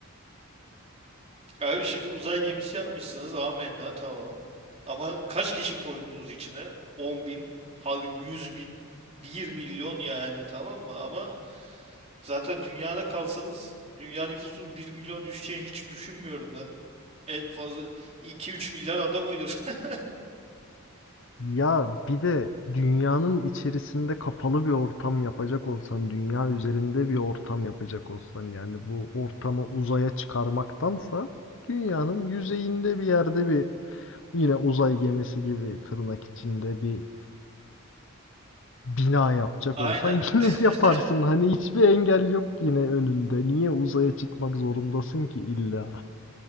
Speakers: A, on the right; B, on the left.
A: <laughs> abi şimdi uzay gemisi yapmışsınız amenna tamam. Ama kaç kişi koydunuz içine? 10 bin, hadi 100 bin, bir milyon yani tamam mı? Ama zaten dünyada kalsanız dünya nüfusunun bir milyon düşeceğini hiç düşünmüyorum ben. En fazla iki üç milyar adam ölür. <laughs>
B: Ya bir de dünyanın içerisinde kapalı bir ortam yapacak olsan, dünya üzerinde bir ortam yapacak olsan yani bu ortamı uzaya çıkarmaktansa dünyanın yüzeyinde bir yerde bir yine uzay gemisi gibi tırnak içinde bir bina yapacak
A: Aynen.
B: olsan <laughs> yine
A: <laughs>
B: yaparsın. Hani hiçbir engel yok yine önünde. Niye uzaya çıkmak zorundasın ki illa?